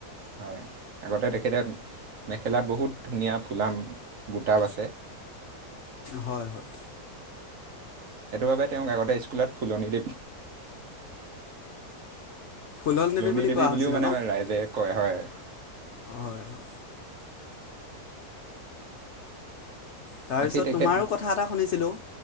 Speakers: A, on the right; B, on the left.
A: হয় আগতে তেখেতে মেখেলাত বহুত ধুনীয়া ফুলা বুটা আছে।
B: হয় হয়।
A: সেইটো বাবে তেওঁক আগতে স্কুলত ফুলনি দিম
B: ফুলল
A: ফুলণী
B: বুলি
A: দেৱী
B: কোৱা হৈছিলে
A: বুলিও মানে
B: ন
A: ৰাইজে কয় হয়।
B: হয় হয় তাৰপিছত
A: বাকী তেখেত
B: তোমাৰো কথা এটা শুনিছিলো